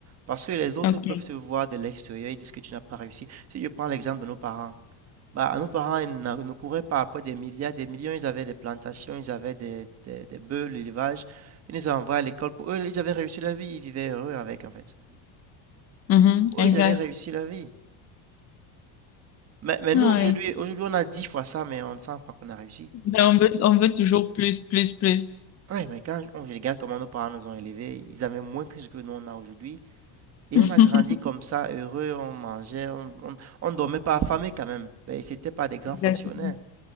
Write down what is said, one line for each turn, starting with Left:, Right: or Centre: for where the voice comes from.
Right: Parce que les autres
Left: ok.
Right: peuvent te voir de l'extérieur et disent que tu n'as pas réussi. Si je prends l'exemple de nos parents. Bah, nos parents, ils n'a- ne couraient pas après des milliards, des millions. Ils avaient des plantations, ils avaient des, des, des bœufs, l'élevage. Ils nous envoyaient à l'école. Pour eux, ils avaient réussi la vie. Ils vivaient heureux avec, en fait.
Left: Mhm,
Right: Eux,
Left: exact.
Right: ils avaient réussi la vie. Mais, mais nous,
Left: Ah
Right: aujourd'hui,
Left: ouais.
Right: aujourd'hui, on a dix fois ça, mais on ne sent pas qu'on a réussi.
Left: Ben, on veut, on veut toujours plus, plus, plus.
Right: oui mais quand on regarde comment nos parents nous ont élevés, ils avaient moins que ce que nous, on a aujourd'hui. Et
Left: <laughs>
Right: on a grandi <laughs> comme ça, heureux, on mangeait, on, on, on dormait pas affamé quand même. Mais c'était pas des grands
Left: Exactement.
Right: fonctionnaires.